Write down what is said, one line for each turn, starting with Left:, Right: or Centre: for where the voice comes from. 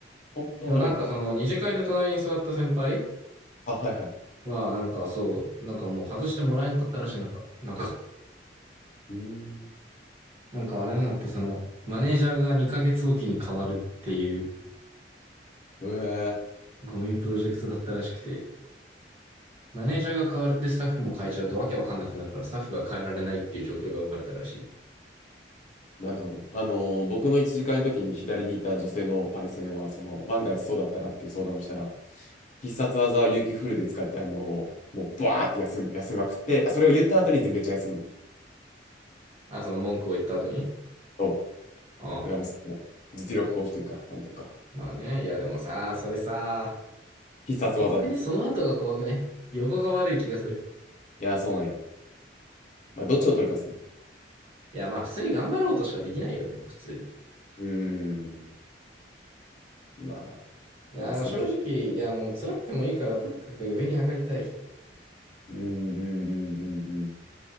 Left: 本当にやばかったら。
Right: でもなんかその二次会で隣に座った先輩
Left: あ、はいはい。
Right: はなんかそう、なんかもう外してもらえんかったらしい。なんか、なんか、
Left: うーん。
Right: なんかあれなんだってそのマネージャーが2ヶ月おきに変わるっていう
Left: ええ
Right: ゴミプロジェクトだったらしくて、マネージャーが変わるってスタッフも変えちゃうとわけわかんなくなるからスタッフが変えられないっていう状況が生まれたらしい。
Left: なるほど。あのー僕の1時間の時に左にいた女性のパイセンは、その、万が一そうだったらっていう相談をしたら、必殺技は有給フルで使って、あのーもうバーって休み、休みまくって、あそれを言った後にめっちゃ休む。
Right: あ、その文句を言った後に。
Left: そう
Right: うん。
Left: だからもうその実力行使というか、なんというか、
Right: まあね、いやでもさ、それさ、
Left: 必殺技って言ってた
Right: 怖くねその後が怖くね横が悪い気がする。
Left: いやー、そうなんよ。まあ、どっちを取るかですね。
Right: いや、まあ普通に頑張ろうとしかできないよね、普通に。い
Left: うーん。まあ、
Right: や、
Left: まあ、その人。
Right: あ正直、いや、もう辛くてもいいから、とにかく上に上がりたい。
Left: うーん、うん、うん、うん、うん。